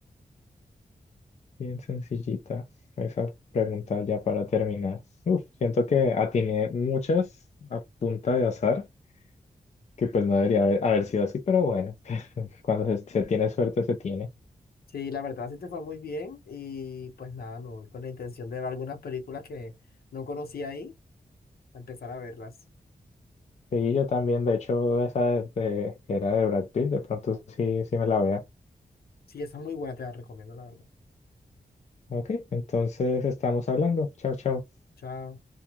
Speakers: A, on the left (about 50°); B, on the left (about 80°).
A: bien sencillita esa pregunta ya para terminar. Uf, siento que atiné muchas a punta de azar. que pues no debería haber, haber sido así, pero bueno, <laughs> cuando se, se tiene suerte, se tiene.
B: Sí, la verdad sí te fue muy bien y pues nada, me voy con la intención de ver algunas películas que no conocía ahí, a empezar a verlas.
A: Y yo también, de hecho, esa de- de- que era de Brad Pitt, de pronto sí, sí me la vea.
B: Sí, esa es muy buena, te la recomiendo, la verdad.
A: Ok, entonces estamos hablando. Chao, chao.
B: Chao.